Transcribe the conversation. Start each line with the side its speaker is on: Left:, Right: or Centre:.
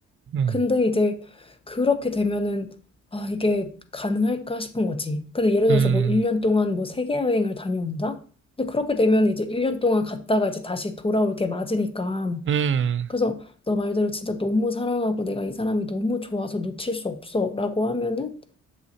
Right: 음,
Left: 근데 이제 그렇게 되면은 아 이게 가능할까 싶은 거지. 근데 예를 들어서
Right: 음,
Left: 뭐 1년 동안 뭐 세계 여행을 다녀온다? 근데 그렇게 되면 이제 1년 동안 갔다가 이제 다시 돌아올 게 맞으니까.
Right: 음,
Left: 그래서 너 말대로 진짜 너무 사랑하고 내가 이 사람이 너무 좋아서 놓칠 수 없어라고 하면은